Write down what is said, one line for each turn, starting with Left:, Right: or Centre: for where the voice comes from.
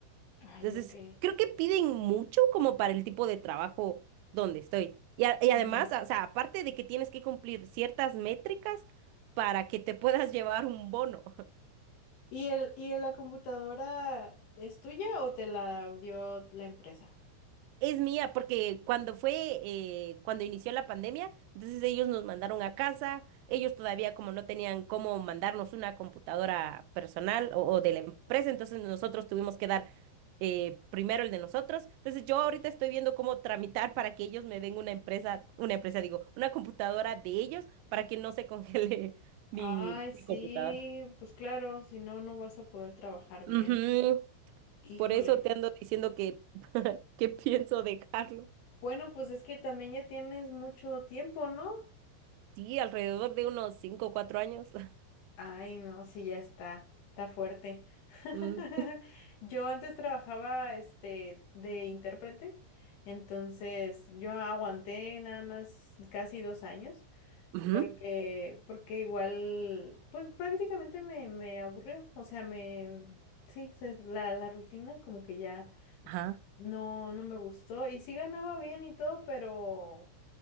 Left: Ay,
Right: Entonces,
Left: ok.
Right: creo que piden mucho como para el tipo de trabajo donde estoy. Y, a- y
Left: Ujú.
Right: además, o sea, aparte de que tienes que cumplir ciertas métricas para que te puedas <laughs> llevar un bono.
Left: ¿Y el, y la computadora es tuya o te la dio la empresa?
Right: Es mía, porque cuando fue, eh, cuando inició la pandemia, entonces ellos nos mandaron a casa, ellos todavía como no tenían cómo mandarnos una computadora personal o, o de la empresa, entonces nosotros tuvimos que dar eh, primero el de nosotros. Entonces yo ahorita estoy viendo cómo tramitar para que ellos me den una empresa, una empresa, digo, una computadora de ellos para que no se congele <laughs> mi,
Left: Ay, sí,
Right: mi computadora.
Left: pues claro, si no, no vas a poder trabajar bien.
Right: Ujú,
Left: Híjole.
Right: Por eso te ando diciendo que, <laughs> que pienso dejarlo.
Left: Bueno, pues es que también ya tienes mucho tiempo, ¿no?
Right: Sí, alrededor de unos 5, o 4 años. <laughs>
Left: Ay, no, sí, ya está, está fuerte. <laughs>
Right: Mm.
Left: Yo antes trabajaba, este, de intérprete, entonces yo aguanté nada más casi dos años,
Right: Ujú.
Left: porque, porque igual, pues prácticamente me, me aburrió, o sea, me, sí, se- la, la rutina como que ya
Right: Ajá.
Left: no, no me gustó, y sí ganaba bien y todo, pero